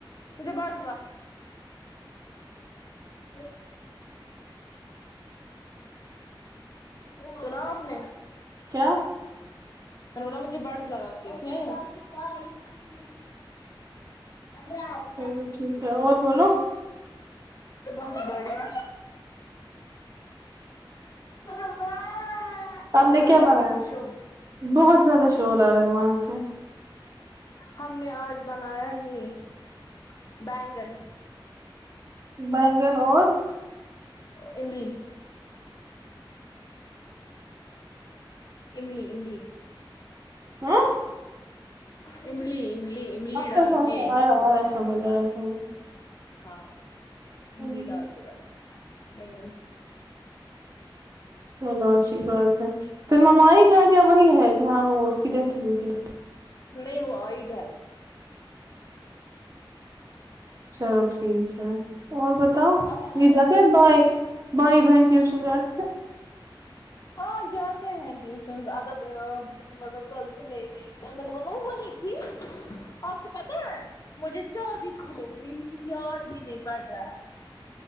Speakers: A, on the left; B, on the right.
A: مجھے باڑ <unintelligible> سنا آپ نے
B: کیا
A: وہ نہ مجھے برڈ س لگاکے تھے <unintelligible>
B: چلو ٹھیک ہے اور بولو
A: بہت بڑھیا <unintelligible>
B: آپ نے کیا
A: بوائے
B: بنایا
A: کتنا شوق
B: بہت زیادہ شور آ رہا ہے وہاں سے
A: ہم نے آج بنایا ہے یہ بیگن
B: بیگن اور
A: املی املی املی
B: ہاں
A: املی املی
B: اچھا
A: ڈال
B: اچھا اچھا اچھا
A: کے
B: آیا آیاسمجھ آیا سمجھ
A: ہاں املی
B: ہمم
A: ڈال کے بنایا آج بیگن
B: چلو اچھی بات ہے پھر مما آئی گھر یا وہی ہے جہاں وہ اس کی ڈیتھ ہوئی تھی
A: نہیں وہ آئی گھر
B: چلو ٹھیک ہے اور بتاؤ
A: اب ہے نا
B: یہ جاتے ہیں بھائی بھائی بہن ٹیوشن جارے
A: ہاں جاتے ہیں ٹیوشنز اب اب وہ مطلب کل سے نہیں دیکھا میں نے بولا وہی تھی آپ کو پتا ہے مجھےسے چابی کھو گئی مجھے یاد ہی نہیں پڑ رہا ہے